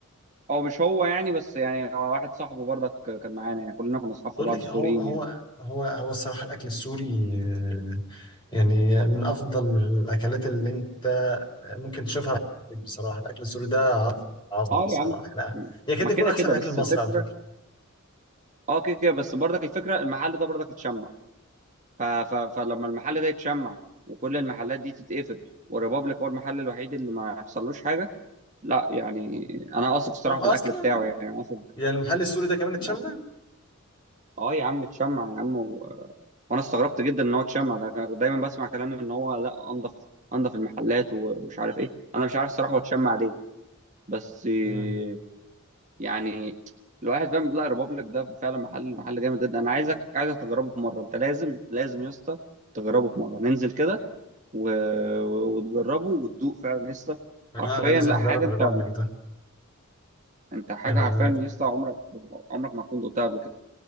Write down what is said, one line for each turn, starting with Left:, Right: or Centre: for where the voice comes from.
Right: او مش هو يعني بس يعني هو واحد صاحبه برضك كان معانا يعني كلنا كنا اصحاب في
Left: بقول
Right: بعض
Left: لك
Right: السوريين
Left: هو هو
Right: يعني
Left: هو هو الصراحه الاكل السوري آه، يعني من افضل الاكلات اللي انت ممكن تشوفها في حياتك بصراحه الاكل السوري ده عظمه
Right: اه
Left: بصراحه
Right: يا عم
Left: لا يكاد
Right: ما
Left: يكون
Right: كده
Left: احسن
Right: كده
Left: من الاكل
Right: بس
Left: المصري
Right: الفكره
Left: على فكره
Right: اه كده كده بس برضك الفكره المحل ده برضك اتشمع ف... ف... فلما المحل ده يتشمع وكل المحلات دي تتقفل والريبابليك هو المحل الوحيد اللي ما يحصلوش حاجه لا يعني انا واثق الصراحه
Left: اصلا
Right: في الاكل بتاعه يعني واثق
Left: يعني المحل السوري ده كمان اتشمل
Right: آه. اه يا عم اتشمع يا عم و... وانا استغربت جدا ان هو اتشمع ده كان دايما بسمع كلام ان هو لا انضف انضف المحلات و- ومش عارف ايه انا مش عارف الصراحه هو اتشمع ليه بس إيه،
Left: مم.
Right: يعني الواحد فاهم لا ريبابليك ده فعلا محل محل جامد جدا انا عايزك عايزك تجربه في مره انت لازم لازم يا اسطى تجربه في مره ننزل كده و... و- وتجربه وتدوق فعلا يا اسطى
Left: لا
Right: حرفيا
Left: انا لازم
Right: لا
Left: اجرب
Right: حاجه
Left: الريبابليك
Right: انت
Left: ده
Right: انت حاجه
Left: انا
Right: حرفيا يا اسطى عمرك عمرك ما تكون دقتها قبل كده